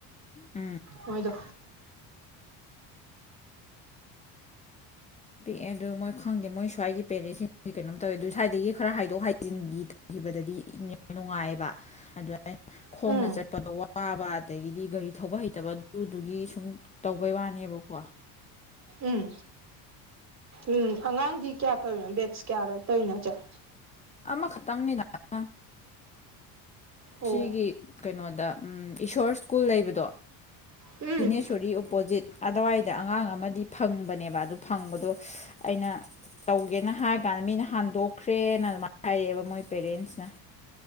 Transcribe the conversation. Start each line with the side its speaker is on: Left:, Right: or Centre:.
Left: ꯎꯝ
Right: ꯃꯣꯏꯗꯣ
Left: ꯄꯤꯛꯑꯦ ꯑꯗꯨꯗꯣ ꯃꯣꯏ ꯈꯪꯗꯦ ꯃꯣꯏ ꯁ꯭ꯋꯥꯏꯒꯤ ꯄꯦꯔꯦꯠꯁꯤꯡ ꯀꯩꯅꯣꯝ ꯇꯧꯋꯦ ꯑꯗꯨ ꯁ꯭ꯋꯥꯏꯗꯒꯤ ꯈꯔ ꯍꯥꯏꯗꯣꯛ ꯍꯥꯏꯖꯤꯟꯈꯤ ꯇꯧꯈꯤꯕꯗꯗꯤ ꯏꯪ ꯅꯨꯡꯉꯥꯏꯑꯕ ꯑꯗꯨ ꯑꯗꯨꯃ ꯈꯣꯡꯅ
Right: ꯎꯝ
Left: ꯆꯠꯄꯗꯣ ꯋꯥꯕ ꯑꯗꯒꯤꯗꯤ ꯒꯥꯔꯤ ꯊꯧꯕ ꯍꯩꯇꯕ ꯑꯗꯨꯗꯨꯒꯤ ꯁꯨꯝ ꯇꯧꯕꯩ ꯋꯥꯅꯦꯕꯀꯣ
Right: ꯎꯝ ꯎꯝ ꯑꯉꯥꯡꯗꯤ ꯀꯌꯥ ꯇꯧꯔꯤꯅꯣ ꯕꯦꯠꯁ ꯀꯌꯥꯔꯛꯛꯇꯧꯔꯤꯅꯣꯁꯦ ꯍ
Left: ꯑꯃꯈꯛꯇꯪꯅꯤꯅ ꯑꯥ
Right: ꯑꯣ
Left: ꯁꯤꯒꯤ ꯀꯩꯅꯣꯗ ꯏꯁꯣꯔ ꯁ꯭ꯀꯨꯜ ꯂꯩꯕꯗꯣ
Right: ꯎꯝ
Left: ꯗꯤꯅꯦꯁꯔꯤ ꯑꯣꯄꯣꯖꯤꯠ ꯑꯗꯨꯋꯥꯏꯗ ꯑꯉꯥꯡ ꯑꯃꯗꯤ ꯐꯪꯕꯅꯦꯕ ꯑꯗꯨ ꯐꯪꯕꯗꯣ ꯑꯩꯅ ꯇꯧꯒꯦꯅ ꯍꯥꯏꯔ ꯀꯥꯟꯗ ꯃꯤꯅ ꯍꯟꯗꯣꯛꯈ꯭ꯔꯦꯅ ꯑꯗꯨꯃꯥꯏꯅ ꯍꯥꯏꯔꯛꯑꯦꯕ ꯃꯣꯏ ꯄꯦꯔꯦꯟꯁꯅ